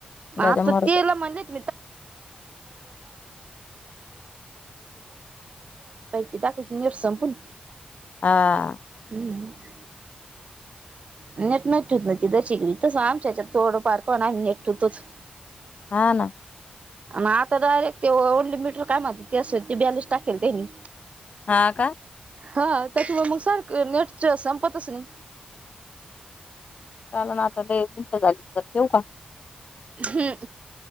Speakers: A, on the left (about 50°); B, on the right (about 50°).
A: जाऊ
B: आता
A: दे मरू
B: तेला
A: दे
B: म्हणलेत <unintelligible> ती टाकायची नेट संपून.
A: हां.
B: हं- हं. नेट नाहीन ठेवीत ती, तस आमच्यात थोडं फार का होईना आम्ही नेट ठेवतोच.
A: हा ना.
B: मग आता डायरेक्ट ते ओनलीमीटर काय म्हणत्यात, ते अस बॅलीस टाकेल त्यानी.
A: हा का.
B: हा त्याच्यामूळ मग सारख नेट संपतच नाही.
A: पण आता लै मिनटं झाली तर ठेवू का.
B: हम्म.